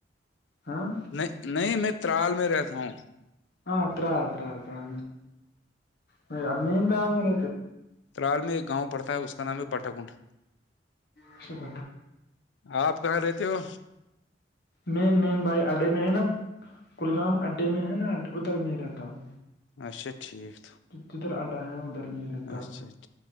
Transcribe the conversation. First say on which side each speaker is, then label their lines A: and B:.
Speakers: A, on the left; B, on the left.
A: ہاں
B: نہیں نہیں میں ترال میں رہتا ہوں
A: ہاںت آت آ م آالن
B: تلال میں ایک گاؤں پڑتا ہے اس کا نام ہے بٹا کنڈ
A: کچھ پ
B: آپ کہاں رہتے ہو
A: مین مین بھائی اڈے میں ہے نا کلگام اڈے میں ہے نا ادھر میں ہی رہتا ہوں
B: اچھا ٹھیک
A: جدھر آڈا ہے ادھر نہیں رہتا
B: اچھا
A: وہ
B: ٹھیک